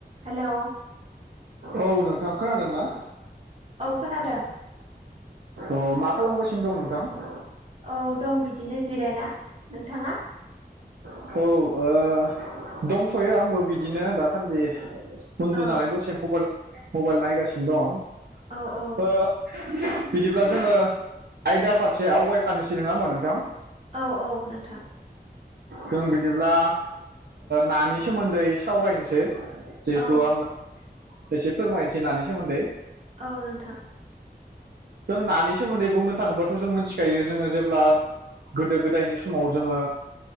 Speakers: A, on the right; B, on the right.
A: हेलौ
B: औ नोंथां खोनादों ना
A: औ खोनादों।
B: अह मा खालामगासिनो दं नोंथां
A: औ दं बिदिनो जिरायना नोंथाङा
B: औ ओ दंथ'यो आंबो बिदिनो दासान्दि उन्दुनानै
A: औ
B: दसे मबाइल मबाइल नायगासिनो दङ
A: औ औ
B: ओ बिदिब्ला जोङो आयदा फारसे आवगायखानोसै नङा ओमबा नोंथां
A: औ औ नोंथां।
B: जों बिदिब्ला नानि सोमोन्दै सावरायनोसै जिहेथु
A: औ
B: आङो एसे फोरमायनोसै नानि सोमोन्दै
A: औ नोंथां
B: जों नानि सोमोन्दै बुंनो थाङोब्लाथ' जों मोनथिखायो जोङो जेब्ला गोदो गोदायनि समाव जोङो